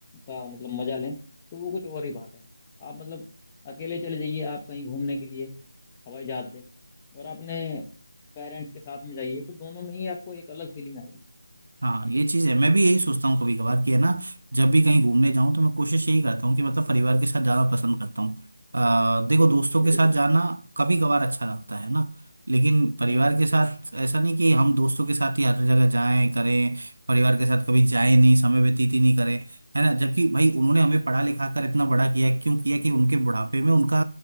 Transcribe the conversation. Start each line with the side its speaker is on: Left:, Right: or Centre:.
Left: का मतलब मजा लें तो वो कुछ और ही बात है आप मतलब अकेले चले जाइए आप कहीं घूमने के लिए हवाई जहाज से और आपने पेरेंट्स के साथ में जाइए तो दोनों में ही आपको एक अलग फीलिंग आएगी
Right: हाँ ये चीज है मैं भी यही सोचता हूँ कभी कभार कि है ना जब भी कहीं घूमने जाऊं तो मैं कोशिश यही करता हूँ कि मतलब परिवार के साथ जाना पसंद करता हूँ अ, देखो दोस्तों
Left: बिल्कुल
Right: के साथ जाना कभी कभार अच्छा लगता है ना लेकिन परिवार
Left: हम्म
Right: के साथ ऐसा नहीं कि हम दोस्तों के साथ ही हर जगह जाएं करें परिवार के साथ कभी जाएं नहीं समय व्यतीत ही नहीं करें है ना जबकि भाई उन्होंने हमें पढ़ा लिखा कर इतना बड़ा किया है, क्यों किया कि उनके बुढ़ापे में उनका